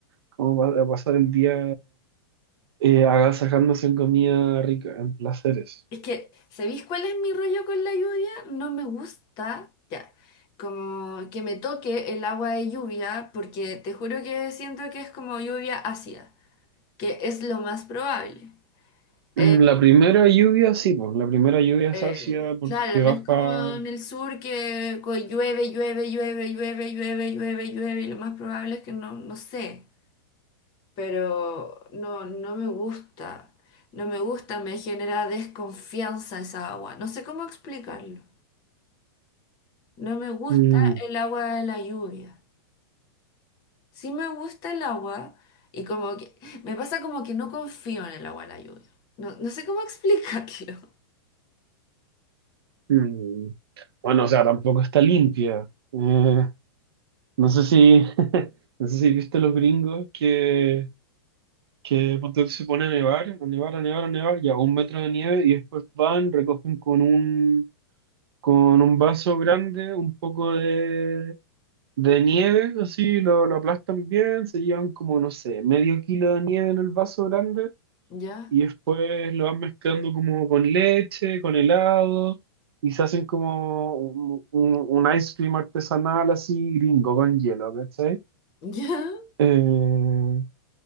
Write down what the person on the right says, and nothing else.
como pa- a pasar el día eh, agasajándose en comida rica, en placeres.
Mm,
La primera lluvia, sí, pues, la primera lluvia es
ácida porque
baja...
mm,
mm. Bueno, o sea, tampoco está limpia. Eh, no sé si, <laughs> no sé si viste los gringos que, que ponte tú, se pone a nevar, a nevar, a nevar, a nevar, ya un metro de nieve y después van, recogen con un, con un vaso grande un poco de, De nieve, así lo, lo aplastan bien, se llevan como, no sé, medio kilo de nieve en el vaso grande
y después lo van mezclando como con leche, con helado y se hacen como un, un- un ice cream artesanal así gringo con hielo, ¿cachai?
Eh,